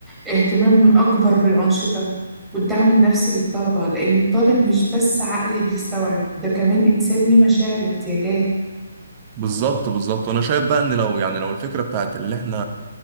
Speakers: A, in the centre; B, on the right.
A: اهتمام أكبر بالأنشطة والدعم النفسي للطلبة لأن الطالب مش بس عقلي بيستوعب ده كمان إنسان ليه مشاعر واحتياجات
B: بالظبط بالظبط وانا شايف بقى ان لو يعني لو الفكره بتاعت اللي احنا